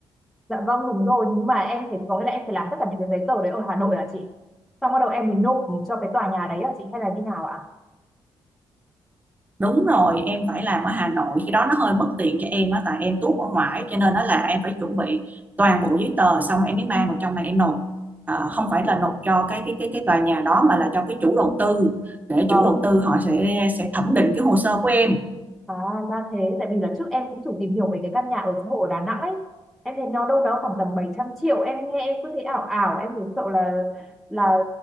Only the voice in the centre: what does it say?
Dạ vâng đúng rồi nhưng mà em phải có nghĩa là em phải làm tất cả những cái giấy tờ đấy ở Hà Nội hả chị? Xong bắt đầu em mới nộp cho cái tòa nhà đấy hả chị hay là như nào ạ?
À
vâng,
à ra thế tại vì là trước em cũng thử tìm hiểu về cái căn nhà ở xã hội ở Đà Nẵng ấy. Em thấy nó đâu đó khoảng tầm 700 triệu, em nghe em cứ thấy ảo ảo, em thấy sợ là là